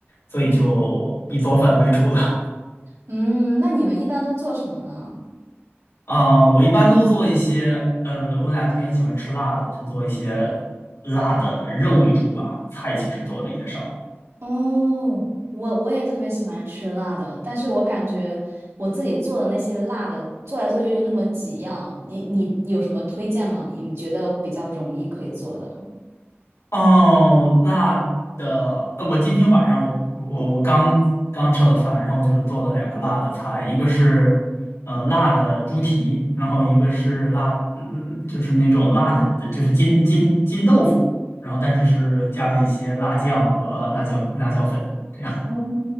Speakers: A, on the left; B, on the right.
A: 所以就以做饭为主了。
B: 嗯，那你们一般都做什么呢？
A: 嗯，我一般都做一些，嗯，我俩都比较喜欢吃辣的，就做一些辣的肉为主吧，菜其实做的也少。
B: 哦，我我也特别喜欢吃辣的，但是我感觉我自己做的那些辣的，做来做去就那么几样。你你有什么推荐吗？你觉得比较容易可以做的？
A: 哦，辣的，呃我今天晚上我我我刚刚吃了饭，然后就是做了两个辣的菜，一个是呃辣的猪蹄，然后一个是辣，嗯就是那种辣的，就是金金金豆腐，然后但是是加了一些辣酱和辣椒辣椒粉。这样。
B: 哦，